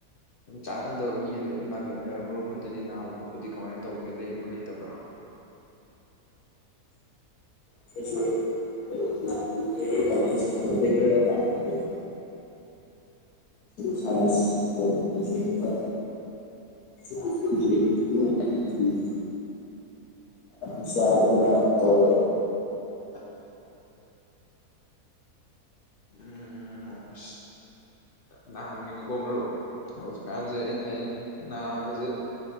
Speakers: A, on the left; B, on the left.
A: ꯑꯗꯨꯝ ꯆꯥꯅꯗꯕ ꯃꯤꯗꯗꯤ ꯑꯗꯨꯝ ꯅꯥꯒꯟꯕ ꯌꯥꯎꯋꯦ ꯃꯔꯨꯞ ꯍꯣꯏꯗꯗꯤ ꯅꯥꯕ ꯈꯣꯠꯄꯗꯤ ꯀꯃꯥꯏꯅ ꯇꯧꯒꯦ ꯂꯩꯕ꯭ꯔꯣ ꯂꯩꯇꯕ꯭ꯔꯣ
B: <unintelligible> ꯈ ꯎ ꯎꯝ ꯏꯁꯥ ꯑꯗꯨꯅ ꯇꯧ
A: ꯂꯨ ꯎꯝ ꯅꯥꯍꯟꯒꯅꯨꯀꯣ ꯃꯔꯨꯞ ꯍꯧꯖꯤꯛꯀꯥꯟꯁꯦ ꯑꯩꯅ ꯑꯩ ꯅꯥꯕꯁꯦ